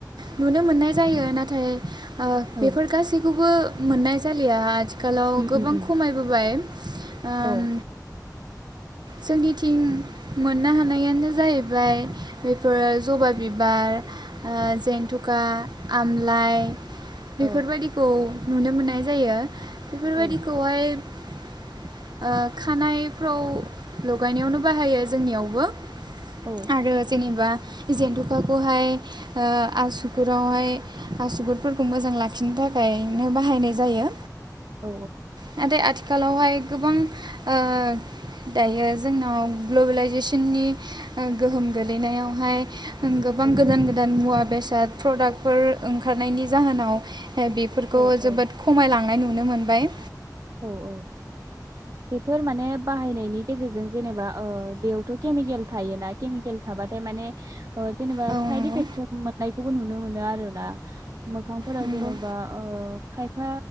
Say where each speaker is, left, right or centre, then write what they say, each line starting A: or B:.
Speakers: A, on the right (about 75°); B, on the right (about 50°).
A: नुनो मोननाय जायो नाथाय। ओ- बेफोर
B: औ
A: गासै। खौबो मोननाय जालिया आथि खालाव
B: उम
A: गोबां
B: उम उम
A: खमायबोबाय। आओम
B: औ
A: जोंनिथिं मोननो हानायानो जाहैबाय। बेफोरो जबा बिबार। ओ- जेनथुका। आमलाइ। बेफोर
B: औ
A: बायदिखौ। नुनो मोननाय जायो। बेफोर बायदिखौहाय।
B: औ ओं
A: ओ- खानायफ्राव। लगायनायावनो बाहायो जोंनियावबो।
B: औ
A: आरो जेनेबा। जेनथुखाखौहाय ओ-आसुगुरावहाय आसुगुरफोरखौ मोजां लाखिनो थाख थाखायनो बाहायनाय जायो।
B: औ
A: <unintelligible> आथिखालावहाय गोबां ओ दायो जोंनाव ग्लबेलाइजेसननि गोहोम गोलैनायावहाय गोबां
B: औ
A: गोदान गोदान मुवा बेसाद प्रदाक्टफोर ओंखारनायनि जाहोनाव बेफोरखौ
B: औ औ
A: जोबोद खमायला नाय नुनो मोनबाय
B: औ औ बेफोर माने बाहायनायनि गेजेरजों जेनेबा ओ बेयावथ' केमिकेल थायोना केमिकेल थाबाथाय माने ओ जेनेबा
A: औ नंगौ
B: साइद इफेक्ट मोननायखौबो नुनो मोनो <unintelligible> आरोना मोखांफोराव
A: नंगौ
B: जेनेबा ओ खायफा